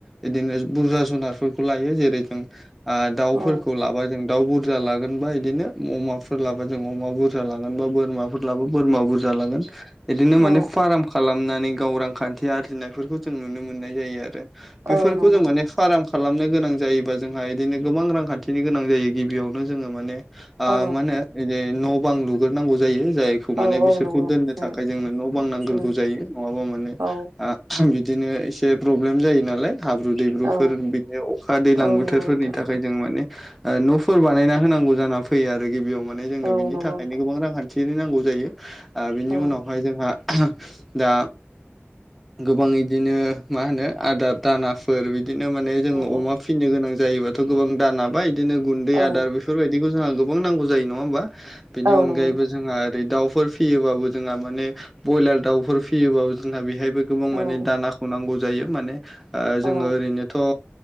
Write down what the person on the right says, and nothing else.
औ
औ
औ नंगौ
औ
औ
औ
नंगौ
उम
उम
औ
औ
औ
नंगौ नोंथां नंगौ
औ
नंगौ
नोंथां
औ
औ
औ
औ
नंगौ नोंथां
औ
औ